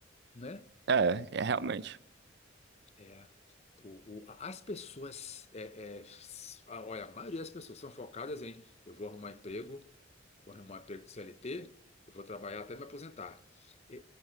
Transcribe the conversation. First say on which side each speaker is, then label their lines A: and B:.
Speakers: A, on the left (about 35°); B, on the right (about 60°).
A: né?
B: É, é realmente.
A: É, o, o- as pessoas, é, é, s- a- olha, a maioria das pessoas são focadas em eu vou arrumar emprego, vou arrumar um emprego de CLT, eu vou trabalhar até me aposentar. É,